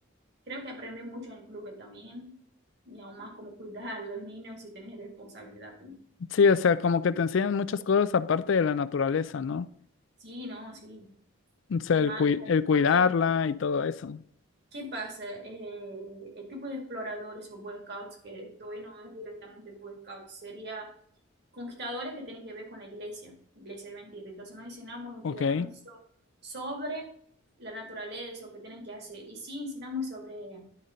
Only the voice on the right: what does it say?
creo que aprendí mucho en el club también. Y aún más cómo cuidar a los niños y tener responsabilidad también.
Sí, no, sí.
Ma-
porque
¿Qué pasa? Eh, el tipo de exploradores o Boy Scouts que estoy no es directamente Boy Scouts, sería conquistadores que tienen que ver con la iglesia, iglesia adventista. Entonces no enseñamos
directamente so- sobre la naturaleza o qué tienen que hacer, y sí enseñamos sobre